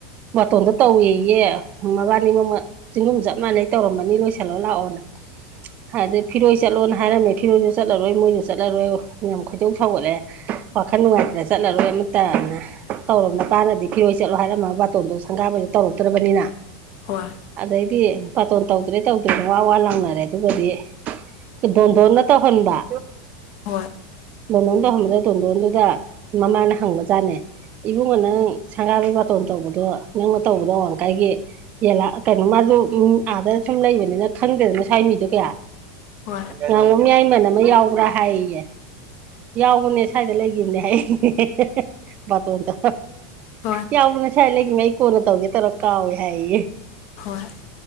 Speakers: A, on the right (about 40°); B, on the left (about 60°).
A: ꯃꯇꯣꯟꯗꯣ ꯇꯧꯋꯤꯌꯦ ꯃꯕꯥꯅꯤ ꯃꯃꯜ ꯆꯤꯡꯒꯨꯝ ꯆꯞ ꯃꯥꯟꯅꯩ ꯇꯧꯔꯝꯃꯅꯤ ꯂꯣꯏꯁꯤꯜꯂꯣ ꯂꯥꯛꯑꯣꯅ ꯑꯗꯨꯗꯩ ꯐꯤꯔꯣꯏ ꯆꯠꯂꯣꯅ ꯍꯥꯏꯔꯝꯃꯦ ꯐꯤꯔꯣꯏꯁꯨ ꯆꯠꯂꯔꯣꯏ ꯃꯣꯏꯁꯨ ꯆꯠꯂꯔꯣꯏ ꯌꯥꯝ ꯈꯣꯏꯗꯧ ꯁꯥꯎꯒꯠꯂꯦ ꯋꯥꯈꯜ ꯅꯨꯡꯉꯥꯏꯇ꯭ꯔ ꯆꯠꯂꯔꯣꯏ ꯑꯃ ꯇꯅ ꯇꯧꯔꯕꯅꯄꯥꯥꯟꯅꯗꯤ ꯐꯤꯔꯣꯏ ꯆꯠꯂꯣ ꯍꯥꯏꯔꯝꯃꯕ ꯕꯥꯇꯣꯟꯗꯣ ꯁꯪꯒꯥꯕꯗ ꯇꯧꯔꯛꯇ꯭ꯔꯕꯅꯤꯅ
B: ꯍꯣꯏ
A: ꯑꯗꯩꯗꯤ ꯕꯥꯇꯣꯟ ꯇꯧꯗ꯭ꯔꯦ ꯇꯧꯗ꯭ꯔꯦ ꯋꯥ ꯋꯥ ꯂꯥꯡꯅꯔꯦ ꯑꯗꯨꯒꯗꯤ ꯗꯣꯟꯗꯣꯟꯅ ꯇꯧꯍꯟꯕ
B: ꯍꯣꯏ
A: ꯗꯣꯟꯗꯣꯟ ꯇꯣ ꯍꯕꯗ ꯗꯣꯟꯗꯣꯟꯗꯨꯗ ꯃꯃꯥꯅ ꯍꯪꯕ ꯖꯥꯠꯅꯦ ꯏꯕꯨꯡꯉꯣ ꯅꯪ ꯁꯪꯒꯥꯕꯤꯒꯤ ꯕꯥꯇꯣꯟ ꯇꯧꯕꯗꯣ ꯅꯪꯅ ꯇꯧꯕꯗꯣ ꯑꯥꯋꯥꯡ ꯂꯩꯀꯥꯏꯒꯤ ꯌꯦꯂꯥ ꯀꯩꯅꯣ ꯃꯥꯁꯨꯣ ꯑꯥꯗ ꯁꯨꯝ ꯂꯩꯕꯅꯤꯅ ꯈꯪꯗꯦꯗꯅ ꯁ꯭ꯋꯥꯏ ꯃꯤꯗꯣ ꯀꯌꯥ
B: ꯍꯣꯏ
A: ꯉꯥꯉꯣ ꯃꯌꯥꯏꯃꯟ ꯑꯃ ꯌꯥꯎꯕ꯭ꯔꯥ ꯍꯥꯏꯌꯦꯌꯦ ꯌꯥꯎꯕꯅꯦ ꯁ꯭ꯋꯥꯏꯗ ꯂꯩꯈꯤꯕꯅꯦ ꯍꯥꯏꯅꯦ ꯕꯥꯇꯣꯟꯗꯣ
B: ꯍꯣꯏ
A: ꯌꯥꯎꯕ ꯅ ꯁꯥꯏ ꯂꯩꯈꯤꯕꯃ ꯑꯩ ꯀꯣꯟꯅ ꯇꯧꯒꯦ ꯇꯧꯔ ꯀꯥꯎꯏꯦ ꯍꯥꯏꯌꯦ
B: ꯍꯣꯏ